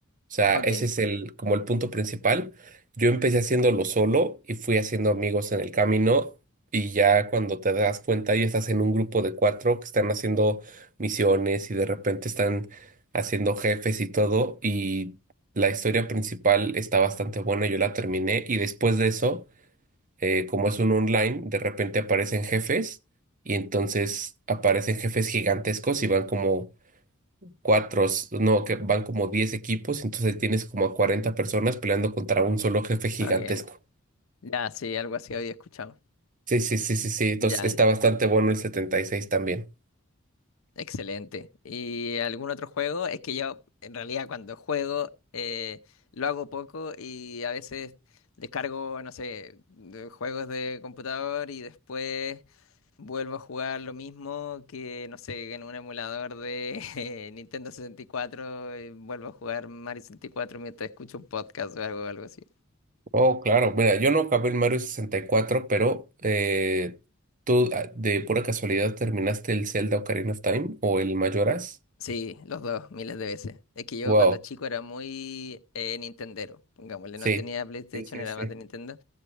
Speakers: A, on the right; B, on the left.
A: O sea,
B: Ok,
A: ese es el, como el punto principal. Yo empecé haciéndolo solo y fui haciendo amigos en el camino y ya cuando te das cuenta ya estás en un grupo de cuatro que están haciendo misiones y de repente están haciendo jefes y todo y la historia principal está bastante buena, yo la terminé y después de eso eh, como es un online, de repente aparecen jefes y entonces aparecen jefes gigantescos y van como cuatro, s- no, que van como diez equipos, entonces tienes como a 40 personas peleando contra un solo jefe gigantesco.
B: ok. Ya, sí, algo así había escuchado.
A: Sí, sí, sí, sí, sí, entonces
B: Ya,
A: está bastante bueno el 76 también.
B: Excelente. ¿Y algún otro juego? Es que yo en realidad cuando juego eh, lo hago poco y a veces descargo, no sé, de juegos de computador y después vuelvo a jugar lo mismo que, no sé, en un emulador de <laughs> eh, Nintendo 64 y cuatro, y vuelvo a jugar Mario 64 mientras escucho un podcast o algo, algo así.
A: Oh, claro, mira, yo no acabé el Mario sesenta y cuatro, pero eh, ¿tú ah, de pura casualidad terminaste el Zelda Ocarina of Time o el Majora's?
B: Sí, los dos, miles de veces. Es que yo
A: Wow,
B: cuando chico era muy eh, Nintendero, pongámosle,
A: sí.
B: no tenía PlayStation,
A: Sí, sí,
B: era
A: sí.
B: más de Nintendo.